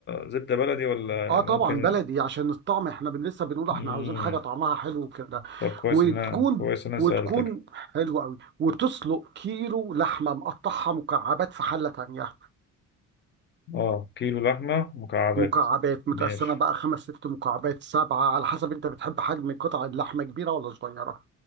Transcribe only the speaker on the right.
اه
طبعا بلدي عشان الطعم احنا بن- لسه بنقول
احنا عاوزين حاجة طعمها حلو كده
وتكون
وتكون
حلوة قوي وتسلق كيلو لحمة مقطعها مكعبات في حلة تانية
مكعبات متقسمة
بقى خمس ست مكعبات سبعة على حسب انت بتحب حجم قطع اللحمة كبيرة ولا صغيرة